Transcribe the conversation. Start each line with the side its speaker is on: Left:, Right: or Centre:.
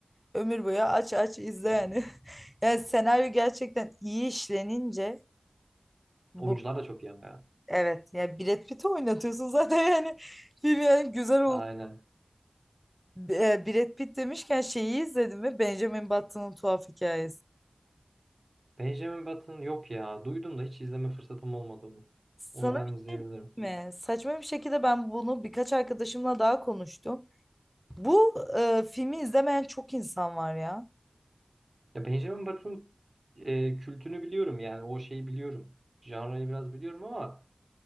Centre: Ömür boyu aç aç izle yani. <laughs> Yani senaryo gerçekten iyi işlenince bu
Right: Oyuncular da çok iyi ama ya.
Centre: evet yani Brad Pitt'i oynatıyorsun zaten yani film yani güzel
Right: Aynen.
Centre: B- e, Brad Pitt demişken şeyi izledin mi? Benjamin Button'ın tuhaf hikayesi.
Right: Benjamin Button yok ya. Duydum da hiç izleme fırsatım olmadı onu.
Centre: Sana
Right: Onu ben
Centre: bir
Right: izleyebilirim.
Centre: şey diyeyim mi? Saçma bir şekilde ben bunu birkaç arkadaşımla daha konuştum. Bu e, filmi izlemeyen çok insan var ya.
Right: Ya Benjamin Button e, kültünü biliyorum yani o şeyi biliyorum. Janrayı biraz biliyorum ama